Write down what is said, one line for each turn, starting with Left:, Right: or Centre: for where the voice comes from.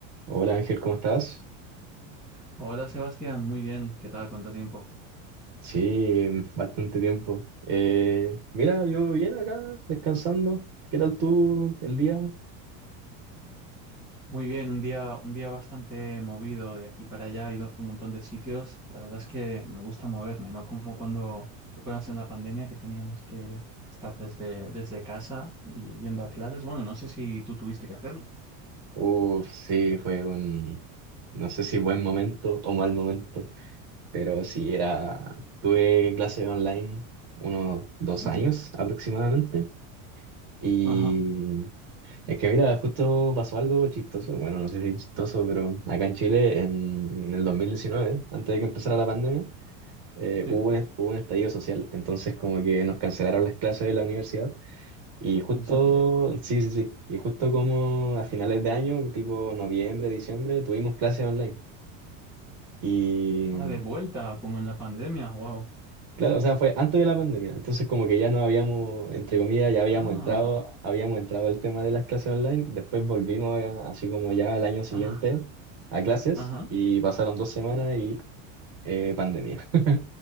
Right: Hola Ángel, ¿cómo estás?
Centre: Hola Sebastián, muy bien, ¿qué tal? ¿Cuánto tiempo?
Right: Sí, bastante tiempo. Eh, mira, yo bien acá, descansando. ¿Qué tal tú el día?
Centre: Muy bien, un día, un día bastante movido de aquí para allá, he ido a un montón de sitios. La verdad es que me gusta moverme, ¿no? Como cuando, ¿recuerdas en la pandemia que teníamos que estar desde, desde casa y yendo a clases? Bueno, no sé si tú tuviste que hacerlo.
Right: Uf, sí, fue un, no sé si buen momento o mal momento, pero sí era, tuve clase online unos dos
Centre: Ujú.
Right: años aproximadamente y
Centre: Ajá,
Right: es que mira, justo pasó algo chistoso, bueno, no sé si chistoso, pero acá en Chile en, en el 2019, antes de que empezara la pandemia, eh,
Centre: sí,
Right: hubo un, hubo un estallido social, entonces como que nos cancelaron las clases de la universidad y justo,
Centre: en serio.
Right: sí, sí, sí, y justo como a finales de año, tipo noviembre, diciembre, tuvimos clases online y
Centre: Ah, de vuelta, como en la pandemia, wow.
Right: claro, o sea, fue antes de la pandemia, entonces como que ya no habíamos, entre comillas, ya habíamos
Centre: Ah,
Right: entrado, habíamos entrado al tema de las clases online, después volvimos a- así como ya al año siguiente
Centre: ah,
Right: a clases
Centre: ajá.
Right: y pasaron dos semanas y eh, pandemia. <laughs>